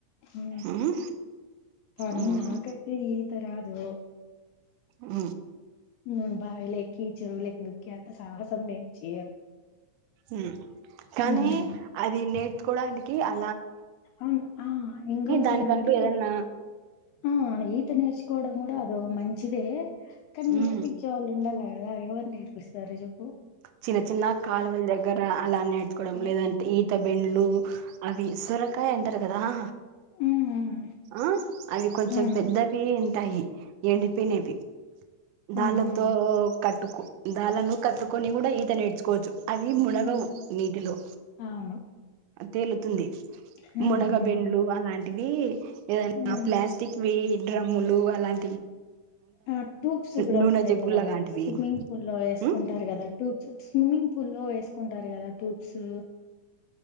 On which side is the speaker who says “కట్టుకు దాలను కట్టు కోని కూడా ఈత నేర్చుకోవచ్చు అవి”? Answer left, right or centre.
Right